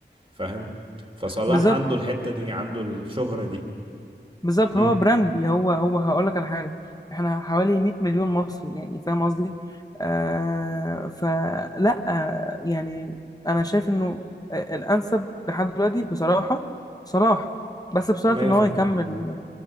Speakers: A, on the right; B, on the left.
A: فاهم فصلاح
B: بالظبط
A: عنده الحتة دي عنده الشهرة دي
B: بالظبط
A: امم
B: هو براند هو هو هقول لك على حاجه احنا حوالي 100 مليون مصري يعني فاهم قصدي آه فلا يعني انا شايف انه الانسب لحد دلوقتي بصراحه صلاح بس بشرط
A: مية
B: ان
A: في
B: هو يكمل
A: المية